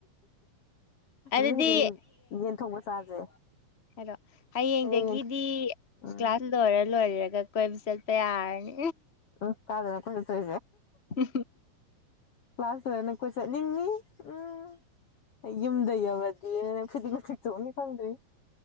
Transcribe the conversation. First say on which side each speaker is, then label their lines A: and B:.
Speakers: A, on the left (about 20°); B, on the left (about 50°).
A: ꯑꯗꯨꯗꯤ
B: ꯌꯦ ꯌꯦꯟ ꯊꯣꯡꯕ ꯆꯥꯁꯦ
A: ꯍꯂꯣ ꯍꯌꯦꯡꯗꯒꯤꯗꯤ
B: ꯍꯌꯦꯡ ꯌꯦꯟ ꯎꯝ
A: ꯀ꯭ꯂꯥꯁ ꯂꯣꯏꯔ ꯂꯣꯏꯔꯒ ꯀꯣꯏꯕ ꯆꯠꯄ ꯌꯥꯔꯅꯤ
B: ꯎ ꯀꯥꯗꯅ ꯀꯦ
A: ꯎ
B: ꯀ꯭ꯂꯥꯁ ꯇꯔꯅ ꯀꯣꯏ ꯆꯠꯅꯤꯡꯉꯤ ꯎꯝ ꯌꯨꯝꯗ ꯌꯧ ꯏ ꯐꯩꯗꯤꯒꯇꯁꯨ ꯃꯤ ꯐꯪꯗ꯭ꯔꯔꯤ